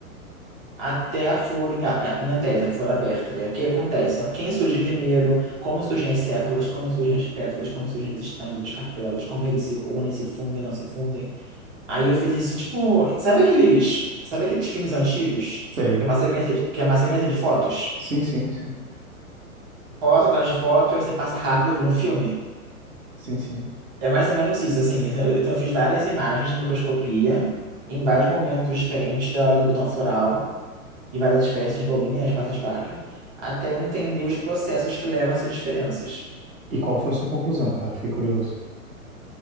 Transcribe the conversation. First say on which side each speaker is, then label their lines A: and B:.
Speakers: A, on the right; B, on the right.
A: até a flor em, a- em antese, a flor aberta, né? O que acontece? Então, quem surge primeiro, como surgem as sépalas, como surgem as pétalas, como surgem os estames, os carpelos, como eles se unem, se fundem, não se fundem. Aí eu fiz isso, tipo, sabe aqueles, sabe aqueles filmes antigos?
B: Sei.
A: Que é uma sequência de, que é uma sequência de fotos?
B: Sim, sim, sim.
A: Foto atrás de foto, aí você passa rápido e vira um filme.
B: Sim, sim.
A: É mais ou menos isso, assim. Então eu fiz várias imagens de microscopia em vários momentos diferentes da, do botão floral, de várias espécies de bolinhas, passas de vaca, até eu entender os processos que levam a essas diferenças.
B: E qual foi a sua conclusão, cara? Fiquei curioso.